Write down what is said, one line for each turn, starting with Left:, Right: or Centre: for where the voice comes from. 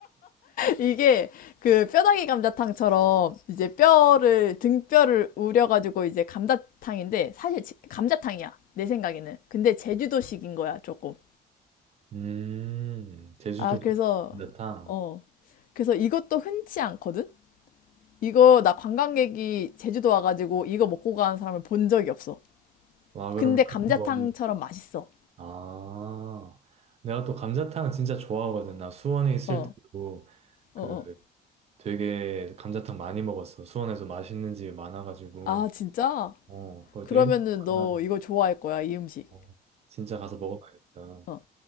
Left: 이게 그 뼈다귀 감자탕처럼 이제 뼈를 등뼈를 우려가지고 이제 감자탕인데 사실 감자탕이야 내 생각에는 근데 제주도식인 거야 조금
Right: 음, 제주도
Left: 아 그래서
Right: 감자탕.
Left: 어 그래서 이것도 흔치 않거든 이거 나 관광객이 제주도 와가지고 이거 먹고 가는 사람을 본 적이 없어
Right: 와, 그럼
Left: 근데
Right: 그거
Left: 감자탕처럼
Right: 먹으면,
Left: 맛있어
Right: 아, 내가 또 감자탕 진짜 좋아하거든. 나 수원에 있을
Left: 어
Right: 때도 그
Left: 어 어
Right: 되게 감자탕 많이 먹었어. 수원에서 맛있는 집이 많아가지고.
Left: 아 진짜
Right: 어, 그래서
Left: 그러면은
Right: 이렇게
Left: 너
Right: 하면,
Left: 이거 좋아할 거야 이 음식
Right: 어, 진짜 가서 먹어봐야겠다.
Left: 어